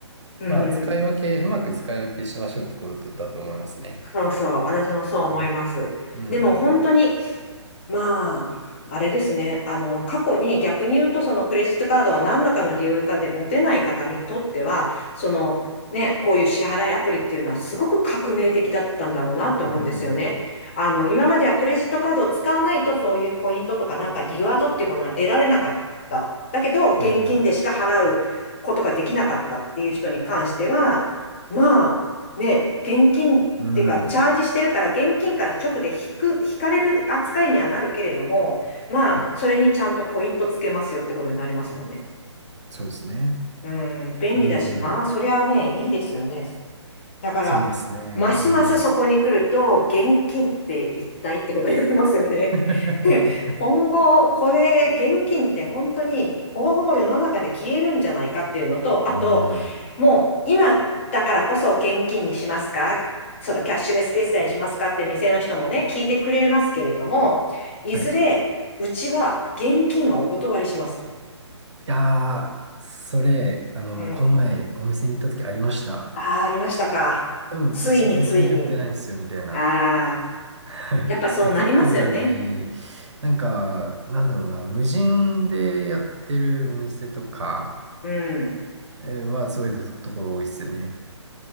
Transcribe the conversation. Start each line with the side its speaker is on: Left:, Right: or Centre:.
Left: うん。
Right: まあ、使い分け、うまく使い分けしましょうってことだと思いますね。
Left: そうそう、私もそう思います。
Right: うん。うん。
Left: でも本当に、まあ、あれですね、あの、過去に逆に言うと、そのクレジットカードは何らかの理由かで持てない方にとっては、その、ね、こういう支払いアプリっていうのはすごく革命的だったんだろうなって思うんですよね。
Right: ううん。ん。
Left: あの、今まではクレジットカードを使わないとそういうポイントとかなんかリワードっていうものは得られなかった。だけど、現金でしか払うことができなかったっていう人に関しては、
Right: うん。
Left: まあ、ね、現金っていうか、
Right: うん。
Left: チャージしてるから、
Right: うん
Left: 現金から直で引く、引かれる扱いにはなるけれども、まあ、
Right: はい。
Left: それにちゃんとポイントつけますよってことになりますもんね。
Right: そうですね。
Left: うん、便利だし、
Right: うん。
Left: まあ、そりゃね、いいですよね。だから、
Right: そうですね。
Left: ますますそこに来ると、
Right: うん。
Left: 現金って一体ってことになりますよね。
Right: <laughs>
Left: <laughs> 今後、これ、現金って本当に、ほぼほぼ世の中で消えるんじゃないかっていうのと、あと、
Right: うん。
Left: もう、今だからこそ現金にしますかそのキャッシュレス決済にしますかって店の人もね、聞いてくれますけれども、いずれ、
Right: はい。い
Left: うちは現金はお断りしますと。
Right: やー、それ、あの、
Left: うん。
Right: この前お店に行った時ありました。
Left: ああ、ありましたか。
Right: でも、
Left: ついについに。
Right: うち現金やってないんですよ、みたいな。
Left: ああ。
Right: はい。
Left: やっぱそうなりますよね。
Right: で特になんか、なんだろうな、無人でやってるお店とか
Left: うん、
Right: えーはそういうと、ところ多いですよね。